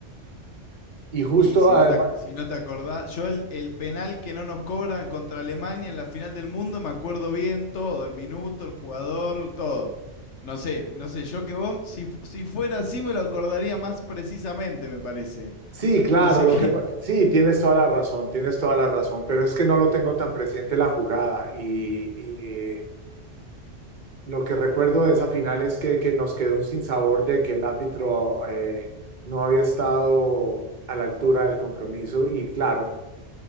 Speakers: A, on the right; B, on the left.
A: Y justo,
B: Y si
A: Sí. además,
B: no te, ac- si no te acordás, yo el, el penal que no nos cobran contra Alemania en la final del mundo, me acuerdo bien todo, el minuto, el jugador, todo. No sé, no sé, yo que vos, si, fu- si fuera así me lo acordaría más precisamente, me parece.
A: Sí, claro,
B: No sé
A: lo
B: qué.
A: que pa- sí, tienes toda la razón, tienes toda la razón, pero es que no lo tengo tan presente la jugada y, y lo que recuerdo de esa final es que, que nos quedó un sinsabor de que el árbitro eh, no había estado a la altura del compromiso y claro,